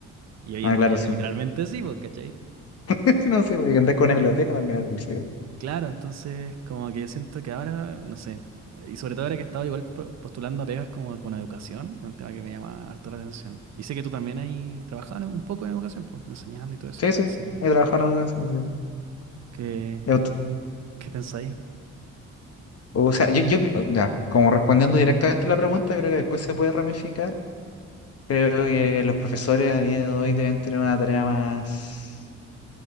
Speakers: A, on the right; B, on the left.
A: Y hoy
B: Ah,
A: en
B: claro,
A: día
B: sí.
A: literalmente
B: po.
A: sí, pues, ¿cachai?
B: <laughs> No sé, porque andar con una biblioteca también era dulce.
A: Claro, entonces como que yo siento que ahora, no sé, y sobre todo ahora que he estado igual pro- postulando a pegas como con educación, es un tema que me llama harto la atención. Y sé que tú también ahí trabajabas un poco en educación, pues, enseñando y todo eso,
B: Sí,
A: entonces...
B: sí, he trabajado en educación, sí.
A: ¿Qué,
B: He ut-
A: qué pensáis?
B: O sea, yo, yo- ya, como respondiendo directamente a la pregunta, creo que después se puede ramificar. Creo que los profesores a día de hoy deben tener una tarea más,